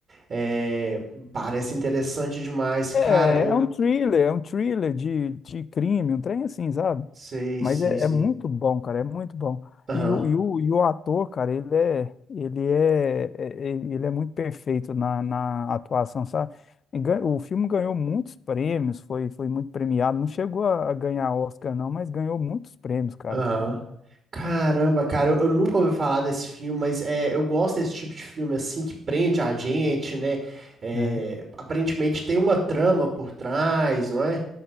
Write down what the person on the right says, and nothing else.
É, parece interessante demais. Cara,
eu
sei,
sei,
sei.
Aham,
aham. Caramba, cara, eu, eu nunca ouvi falar desse filme, mas é, eu gosto desse tipo de filme assim que prende a gente, né? É,
aparentemente tem uma trama por trás, não é?